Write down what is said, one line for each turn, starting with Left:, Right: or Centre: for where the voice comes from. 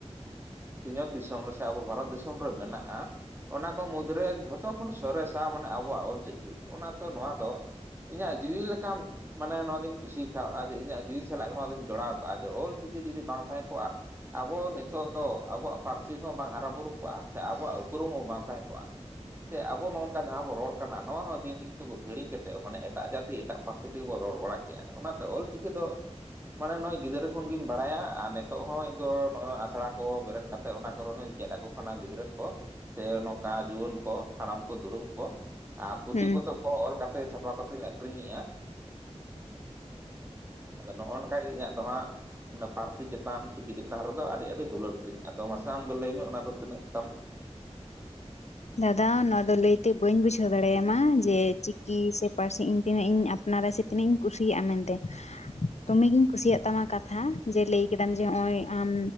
Right: ᱥᱤᱧᱚᱛ ᱫᱤᱥᱚᱢ ᱨᱮ ᱥᱮ ᱟᱵᱚ ᱵᱷᱟᱨᱚᱛ ᱫᱤᱥᱚᱢ ᱨᱮ ᱢᱮᱱᱟᱜᱼᱟ ᱾ ᱚᱱᱟ ᱠᱚ ᱢᱩᱫᱽᱨᱮ ᱡᱷᱚᱛᱚ ᱠᱷᱚᱱ ᱥᱚᱨᱮᱥᱟ ᱢᱟᱱᱮ ᱟᱵᱚᱣᱟᱜ ᱚᱞᱪᱤᱠᱤ ᱾ ᱚᱱᱟᱛᱮ ᱱᱚᱣᱟ ᱫᱚ ᱤᱧᱟᱜ ᱡᱤᱣᱤ ᱞᱮᱠᱟᱢ ᱢᱟᱱᱮ ᱱᱚᱣᱟ ᱫᱩᱧ ᱠᱩᱥᱤᱭ ᱠᱟᱣᱼᱟ ᱡᱮ ᱤᱧᱟᱜ ᱡᱩᱣᱤ ᱥᱟᱞᱟᱜ ᱱᱚᱣᱟ ᱫᱩᱧ ᱡᱚᱲᱟᱣ ᱠᱟᱜᱼᱟ ᱡᱮ ᱚᱞ ᱪᱤᱠᱤ ᱡᱩᱫᱤ ᱵᱟᱝ ᱛᱟᱦᱮᱸ ᱠᱚᱜᱼᱟ ᱾ ᱟᱵᱚ ᱱᱤᱛᱚᱜ ᱫᱚ ᱟᱵᱚᱣᱟᱜ ᱯᱟᱹᱨᱥᱤ ᱦᱚᱸ ᱵᱟᱝ ᱦᱟᱨᱟᱼ ᱵᱩᱨᱩ ᱠᱚᱜᱼᱟ ᱥᱮ ᱟᱵᱚᱣᱟᱜ ᱩᱯᱨᱩᱢ ᱦᱚᱸ ᱵᱟᱝ ᱛᱟᱦᱮᱸ ᱠᱚᱜᱼᱟ ᱾ ᱥᱮ ᱟᱵᱚ ᱱᱚᱝᱠᱟ ᱡᱟᱦᱟᱸ ᱵᱚᱱ ᱨᱚᱲ ᱠᱟᱱᱟ ᱱᱚᱣᱟ ᱦᱚᱸ ᱫᱤᱱ ᱫᱤᱱ ᱛᱮ ᱵᱚ ᱦᱤᱲᱤᱧ ᱠᱟᱛᱮᱫ ᱢᱟᱱᱮ ᱮᱴᱟᱜ ᱡᱟᱹᱛᱤ ᱮᱴᱟᱜ ᱯᱟᱹᱨᱥᱤ ᱛᱮᱜᱮ ᱵᱚᱱ ᱨᱚᱲ ᱵᱟᱲᱟ ᱠᱮᱜᱼᱟ ᱚᱱᱟᱛᱮ ᱚᱞ ᱪᱤᱠᱤ ᱫᱚ ᱢᱟᱱᱮ ᱱᱚᱜᱼᱚᱭ ᱜᱤᱫᱽᱨᱟᱹ ᱠᱷᱚᱱᱜᱤᱧ ᱵᱟᱲᱟᱭᱟ ᱟᱨ ᱱᱤᱛᱚᱜ ᱦᱚᱸ ᱤᱧ ᱫᱚ ᱱᱚᱜᱼᱚᱭ ᱟᱥᱲᱟ ᱠᱚ ᱵᱮᱨᱮᱫ ᱠᱟᱛᱮ ᱚᱱᱟ ᱠᱚᱨᱮᱦᱚᱧ ᱪᱮᱫ ᱟᱠᱚ ᱾ ᱠᱷᱚᱱᱟ ᱜᱤᱫᱽᱨᱟᱹ ᱠᱚ ᱥᱮ ᱱᱚᱝᱠᱟ ᱡᱩᱣᱟᱹᱱ ᱠᱚ ᱦᱟᱲᱟᱢ ᱠᱚ ᱫᱩᱲᱩᱢ ᱠᱚ ᱾ ᱟᱨ ᱯᱩᱛᱷᱤ
Left: ᱦᱩᱸ
Right: ᱯᱚᱛᱚᱵ ᱠᱚᱦᱚ ᱚᱞ ᱠᱟᱛᱮ ᱪᱷᱟᱯᱟ ᱠᱟᱛᱮᱧ ᱟᱠᱷᱨᱤᱧ ᱮᱜ-ᱟ ᱾ ᱟᱫᱚ ᱱᱚᱜᱼᱚ ᱱᱝᱠᱟ ᱜᱮ ᱤᱧᱟᱜ ᱫᱚ ᱦᱟᱸᱜ ᱾ ᱢᱟᱱᱮ ᱯᱟᱹᱨᱥᱤ ᱪᱮᱛᱟᱱ ᱪᱤᱠᱤ ᱪᱮᱛᱟᱱ ᱨᱮᱫᱚ ᱟᱹᱰᱤ ᱟᱹᱰᱤ ᱫᱩᱞᱟᱹᱲ ᱛᱤᱧ ᱟᱫᱚ ᱢᱟᱥᱮ ᱟᱢ ᱜᱮ ᱞᱟᱹᱭ ᱢᱮ ᱚᱱᱟ ᱫᱚ ᱛᱤᱱᱟᱹᱜ ᱛᱟᱢ ᱾ <inaudible>
Left: ᱫᱟᱫᱟ ᱱᱚᱣᱟ ᱫᱚ ᱞᱟᱹᱭ ᱛᱮ ᱵᱟᱹᱧ ᱵᱩᱡᱷᱟᱹᱣ ᱫᱟᱲᱮᱭᱟᱢᱟ ᱡᱮ ᱪᱤᱠᱤ ᱥᱮ ᱯᱟᱹᱨᱥᱤ ᱤᱧ ᱛᱤᱱᱟᱹᱜ ᱤᱧ ᱟᱯᱱᱟᱨᱟ ᱥᱮ ᱛᱤᱱᱟᱹᱜ ᱤᱧ ᱠᱩᱥᱤᱭᱟᱜᱼᱟ ᱢᱮᱱᱛᱮ ᱾ ᱫᱚᱢᱮ ᱜᱤᱧ ᱠᱩᱥᱤᱭᱟᱜ ᱛᱟᱢᱟ ᱠᱟᱛᱷᱟ ᱡᱮ ᱞᱟᱹᱭ ᱠᱮᱫᱟᱢ ᱡᱮ ᱦᱚᱜᱼᱚᱭ ᱟᱢ